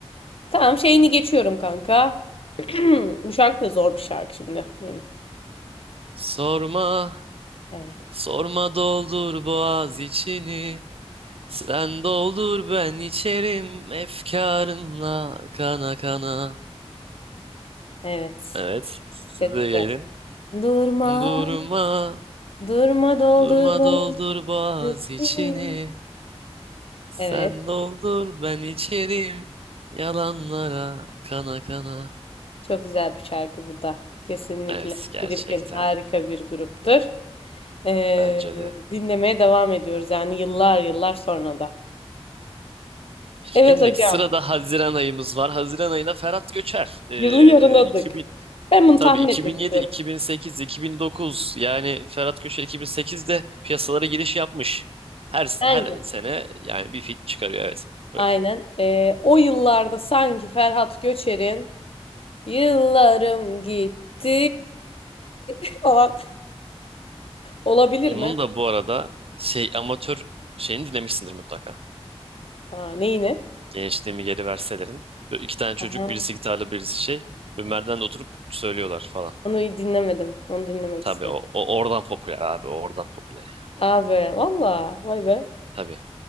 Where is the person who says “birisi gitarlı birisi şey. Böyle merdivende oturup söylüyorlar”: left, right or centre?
Right